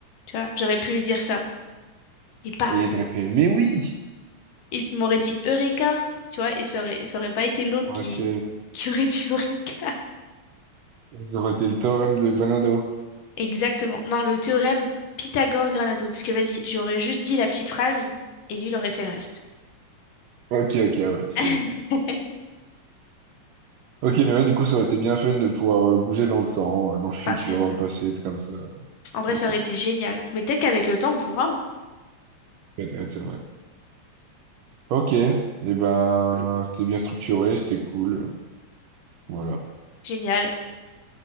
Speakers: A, on the left; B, on the right.
A: Tu vois, j'aurais pu lui dire ça. Et bam!
B: Il est très fait, mais oui!
A: Il il m'aurait dit Eureka! Tu vois, et ça aurait, ça aurait pas été l'autre
B: Ok.
A: qui, qui aurait dit <laughs> Eureka.
B: Ça aurait été le théorème de Granado.
A: Exactement. Non, le théorème Pythagore-Granado. Parce que vas-y, j'aurais juste dit la petite phrase et lui, il aurait fait le reste.
B: Ok, ok, ouais, tu
A: <laughs>
B: délais. Ok, mais ouais, du coup, ça aurait été bien fun de pouvoir euh, bouger dans le temps, euh, dans le futur,
A: Ah, c'est vrai.
B: dans le passé, être comme ça.
A: En vrai,
B: Ok,
A: ça aurait été génial. Mais peut-être qu'avec le temps, on pourra. hein.
B: Ouais, ouais, c'est vrai. Ok, et ben, c'était bien structuré, c'était cool. Voilà.
A: Génial.